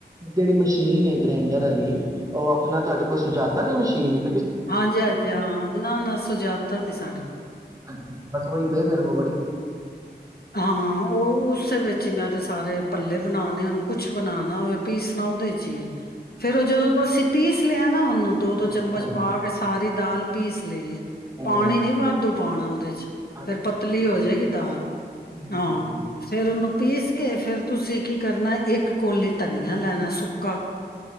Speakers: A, on the right; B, on the left.
A: ਜਿਹੜੀ ਮਸ਼ੀਨ ਏ ਗ੍ਰੈਂਡਰ ਆਲੀ ਉਹ ਆਪਣਾ ਤੁਹਾਡੇ ਕੋਲ ਸੁਜਾਤਾ ਕਦੇ ਮਸ਼ੀਨ ਇੱਕ
B: ਹਾਂਜੀ ਹਾਂਜੀ ਹਾਂ ਹਾਂ, ਨਾ ਨਾ ਸੁਜਾਤਾ ਸੀ, ਸਾਡੇ ਕੋਲ
A: ਅੱਛਾ ਬਸ ਵਈ ਦੇ ਫਿਰ ਓ
B: ਹਾਂ ਹਾਂ, ਉਹ ਉਸੇ ਵਿੱਚ ਹੀ ਮੈਂ ਤੇ ਸਾਰੇ ਭਲੇ ਬਣਾਣੇ ਹੋਣ, ਕੁਛ ਬਣਾਣਾ ਹੋਵੇ, ਪੀਸਣਾ ਉਹਦੇ ਚ ਈ ਆ। ਫੇਰ
A: ਅੱਛਾ
B: ਉਹ ਜਦੋਂ
A: ਅੱਛਾ
B: ਅਸੀਂ ਪੀਸ ਲਿਆ ਨਾ, ਉਹਨੂੰ ਦੋ ਦੋ
A: ਹਾਂਜੀ
B: ਚਮਚ
A: ਹਾਂਜੀ
B: ਪਾ ਕੇ ਸਾਰੀ ਦਾਲ ਪੀਸ ਲਈਏ।
A: ਹਮ
B: ਪਾਣੀ ਨੀ ਵਾਧੂ ਪਾਣਾ, ਉਹਦੇ 'ਚ ਫੇਰ
A: ਅੱਛਾ
B: ਪਤਲੀ
A: ਅੱਛਾ
B: ਹੋ ਜਏਗੀ ਦਾਲ,
A: ਠੀਕ
B: ਹਾਂ
A: ਹੈ ਠੀਕ ਹੈ
B: ਫੇਰ ਉਹਨੂੰ ਪੀਸ ਕੇ ਫਿਰ ਤੁਸੀਂ ਕੀ ਕਰਨਾ, ਇੱਕ ਕੋਲੀ ਧਨੀਆ ਲੈਣਾ ਸੁੱਕਾ